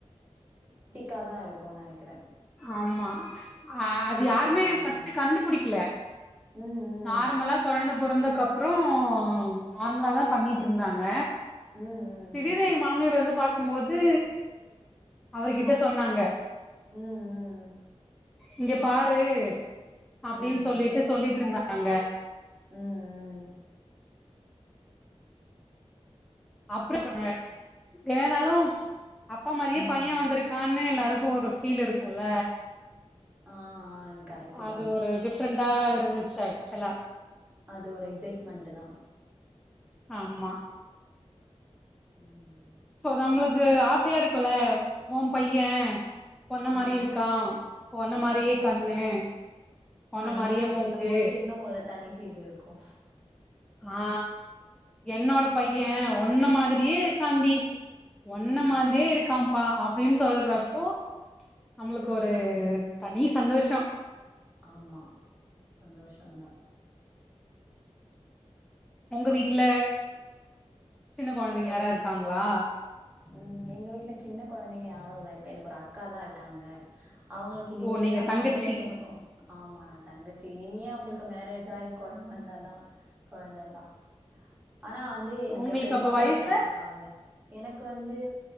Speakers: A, on the right; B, in the centre.
A: காதா இருக்குன் நெனைக்கற
B: ஆமா அஹ் அது
A: இப்போ
B: யாருமே
A: லைனா
B: ஃபர்ஸ்ட் கண்டுபுடிக்கல
A: ம் ம்
B: நார்மலா கொழந்த பெறந்தக்கப்புறம் நார்மலாதா பண்ணிட்டு இருந்தாங்க
A: ம் ம்
B: திடீர்னு எங்க மாமியார் வந்து பாக் கும்போது அவருகிட்ட சொன்னாங்க
A: ம் ஹூம் ம்
B: இங்க பாரு அப்டின்
A: ம் ம் ம்
B: சொல்லிட்டு சொல்லிட்ருந்தா றாங்க
A: ம் ம்
B: அப்டி பண்ணுவ என்னனாலு அப்பா மாரியே
A: ம்
B: பைய
A: ம்
B: வந்துருக்கான்னு எல்லாரு ஒரு ஃபீல் இருக்குல்ல
A: ஆ ஆ கரெக்டுதா
B: அது ஒரு டிஃப்ரெண்டா இருந்துச்சு ஆக்சுவலா
A: அது ஒரு எக்சைட்மெண்ட்தா
B: ஆமா
A: ம்
B: சோ நம்மளுக் கு ஆசையாருக்குல்ல உம்பைய ஒன்ன மாரி
A: ஆ
B: இருக்கா ஒன்ன
A: ஆமா
B: மாரியே கண்ணு ஒன்ன
A: அந்த
B: மாரியே
A: மாரி
B: மூக்கு
A: சொல்லும் போது இன்னு ஒரு தனி ஃபீல் இருக்கு
B: ஆ, என்னோட பைய ஒன்ன மாதிரியே இருக்காண்டி ஒன்ன
A: ம்
B: மாதிரியே இருக்கா ப்பா அப்டின்னு சொல்றப்போ நம்மளுக்கு ஒரு தனி சந்தோஷம்
A: ஆமா சந்தோஷந்தா
B: உங்க வீட்ல சின்ன கொழந்தைங்க
A: எங்
B: யாரா இருக்காங்ளா
A: ம் எங்க வீட்ல சின்ன கொழந்தைங்க யாரு இல்ல, இப்ப எனக்கு ஒரு அக்காதா இருக்காங்க அவங்கள்க்கு இனிமேதா
B: ஓ! நீங்க தங்கச்சி.
A: மேரேஜ் ஆகு ஆமா நா தங்கச்சி இ னி அவங்களுக்கு மேரேஜ் ஆயி கொழந்த வந்தா தா கொழந்தல்லா ஆனா வந்து எனக்கு
B: உங்களுக்கு
A: பெரிம்மா
B: அப்ப வயசு?
A: பசங்கல்லா இருப்பாங்கல்ல எனக் கு வந்து